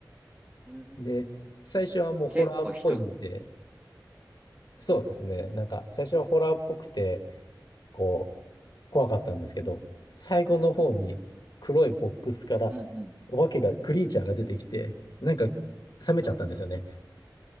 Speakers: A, on the right; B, on the left.
A: うん
B: で、最初はもうホラーっぽいんで、
A: 結構人、
B: そうですね。なんか最初はホラーっぽくて、こう、怖かったんですけど、最後の方に黒いボックスからお化けが、
A: うんうん。
B: クリーチャーが出てきて、なんか冷めちゃったんですよね。